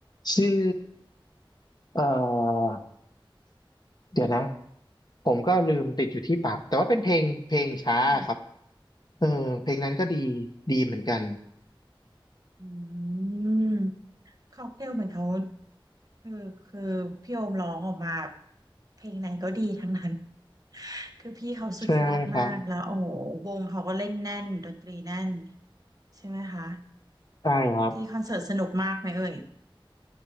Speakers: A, on the left (about 50°); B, on the right (about 45°).
A: ชื่อเอ่อเดี๋ยวนะผมก็ลืมติดอยู่ที่ปากแต่ว่าเป็นเพลงเพลงช้าครับ
B: ค่ะ
A: เออเพลงนั้นก็ดีดีเหมือนกัน
B: อืมค็อกเทลเหมือนเขาคือคือพี่โอมร้องออกมาเพลงไหนก็ดีทั้งนั้น คือพี่เขาสุดยอดมากแล้วโอ้โหวงเขาก็เล่นแน่นดนตรีแน่น
A: ใช่ไหมครับ
B: ใช่ไหมคะ
A: ใช่ครับ
B: ที่คอนเสิร์ตสนุกมากไหมเอ่ย